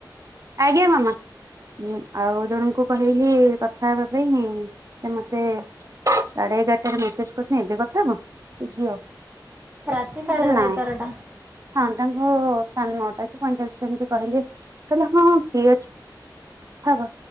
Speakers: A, on the right; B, on the right.
A: ଆଜ୍ଞା, ମାମା। ଉଁ ଆଉ ଜଣଙ୍କୁ କହିଲି କଥା ହେବା ପାଇଁ। ସେ ମତେ ସାଢେ ଏଗାରଟାରେ ମେସେଜ କରିଥିଲେ, ଏବେ କଥା ହବ। ସେ ଝିଅ।
B: ରାତି
A: ମୁଁ
B: ସାଢ଼େ
A: କହିଲି
B: ଦ
A: ନାଇଁ
B: ଏଗାରଟା।
A: ହଁ। ତାଙ୍କ ସାଢ଼େ ନଅଟା କି ପଇଁଚାଳିଶ ଯେମିତି କହିଲେ। କହିଲେ ହଁ ଫି ଅଛି। କଥା ହବ।